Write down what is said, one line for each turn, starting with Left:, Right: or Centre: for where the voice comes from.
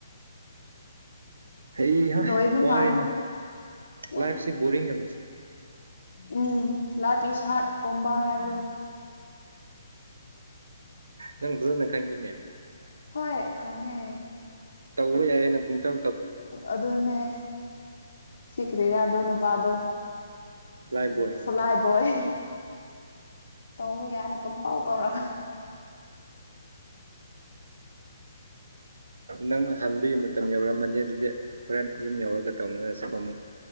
Right: ꯍ ꯍꯥ
Left: ꯂꯣꯏꯕ
Right: ꯋꯥꯔꯦꯅꯦ
Left: ꯃꯥꯜꯂꯦ ꯋꯥꯔꯦ
Right: ꯂꯥꯏꯐꯁꯤ ꯕꯔꯤꯔꯤ
Left: ꯎꯝ ꯂꯥꯠꯒꯤ ꯁꯥꯔꯠ ꯇꯣꯝꯕ ꯍꯥꯏꯕꯗꯨ
Right: ꯅꯪ ꯨꯅ ꯈꯪꯉꯤꯅꯦ
Left: ꯍꯣꯏ ꯈꯪꯉꯦ
Right: ꯇꯧꯕ ꯌꯥꯏꯑꯅ ꯄꯨꯡꯇ
Left: ꯑꯗꯨꯅꯦ ꯁꯤꯈꯔꯤꯔ ꯑꯗꯨꯣ ꯅꯨꯄꯥꯗꯣ
Right: ꯂꯥꯏꯐ
Left: ꯎ
Right: ꯕꯣꯏ
Left: ꯈꯣꯂꯥꯏꯕꯣꯏ ꯇꯧꯕ ꯌꯥꯏꯅ ꯄꯨꯡ ꯇꯧ ꯇꯧꯔ
Right: ꯎ ꯅꯪ ꯍꯥꯡꯗꯒꯤ ꯃꯇꯝ ꯌꯧꯔꯝꯃꯅꯤ ꯑꯗꯨꯗꯤ ꯍꯣꯔꯦꯟ ꯌꯨꯝ ꯌꯧꯔꯒ ꯇꯧꯅꯔꯁꯤꯀꯣ ꯑꯃꯨꯛ